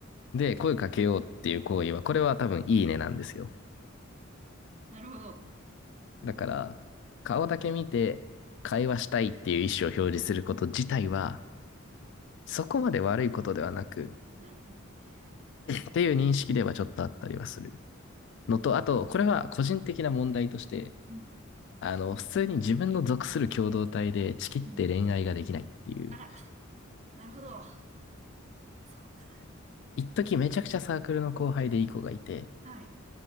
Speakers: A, on the left (about 60°); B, on the right (about 35°).
A: で、声かけようっていう行為は、これは多分いいねなんですよ。
B: なるほど。
A: だから、顔だけ見て会話したいっていう意思を表示すること自体は、そこまで悪いことではなく、
B: なるほどね。
A: っていう認識ではちょっとあったりはするのと、あと、これは個人的な問題として、
B: うん、
A: あの、普通に自分の属する共同体でちきって恋愛ができないっていう、
B: うん。あら、なるほど。そうか。
A: 一時めちゃくちゃサークルの後輩でいい子がいて、
B: はい。